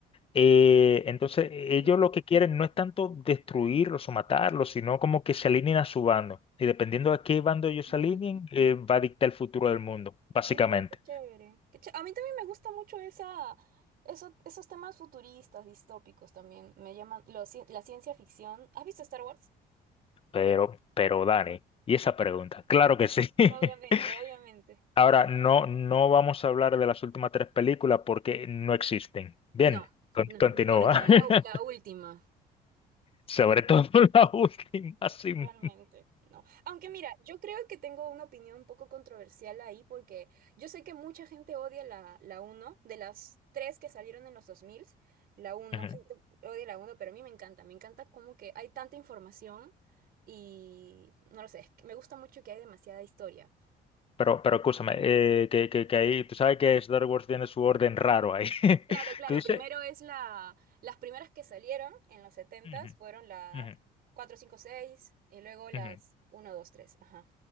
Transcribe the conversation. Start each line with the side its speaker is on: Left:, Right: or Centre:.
Left: Eh, entonces, e,
Right: Ujú.
Left: ellos lo que quieren no es tanto destruirlos o matarlos, sino como que se alineen a su bando. Y dependiendo a qué bando ellos
Right: Mm.
Left: se alineen, eh, va a dictar el futuro del mundo, básicamente.
Right: Mira, qué chévere. Qué ché- A mí también me gusta mucho esa, eso- esos temas futuristas, distópicos también. Me llaman lo ci- la ciencia ficción. ¿Has visto Star Wars?
Left: Pero, pero Dani, ¿y esa pregunta? Claro que sí. <laughs>
Right: Obviamente, obviamente.
Left: Ahora, no, no vamos a hablar de las últimas tres películas porque no existen. Bien,
Right: No,
Left: con-
Right: no,
Left: continúa.
Right: no. sobre todo la,
Left: <laughs>
Right: la última.
Left: Sobre todo <laughs> la última, sí.
Right: Realmente, no. Aunque mira, yo creo que tengo una opinión un poco controversial ahí porque yo sé que mucha gente odia la, la uno de las tres que salieron en los 2000, la uno
Left: Ujú.
Right: gente odia la uno pero a mí me encanta, me encanta como que hay tanta información y no lo sé, es que me gusta mucho que hay demasiada historia.
Left: Pero, pero escúchame, eh, que, que, que ahí, tú sabes que Star Wars tiene su orden raro ahí. <laughs>
Right: Claro, claro,
Left: Tú dices...
Right: primero es la, las primeras que salieron en los setentas
Left: "Ujú,
Right: fueron la
Left: ujú,
Right: 4 5 6 y luego las
Left: ujú".
Right: uno dos tres ajá.